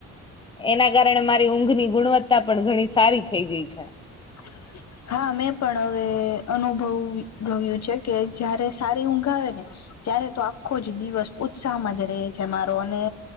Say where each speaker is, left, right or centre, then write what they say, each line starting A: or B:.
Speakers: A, on the left; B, on the left.
A: એના કારણે મારી ઊંઘ ની ગુણવત્તા પણ ઘણી સારી થઈ ગઈ છે.
B: <inaudible> હા મેં પણ હવે અનુભવ ભવ્યું છે કે જયારે સારી ઊંઘ આવે ને ત્યારે તો આખો જ દિવસ ઉત્સાહમાં જ રહે છે મારો અને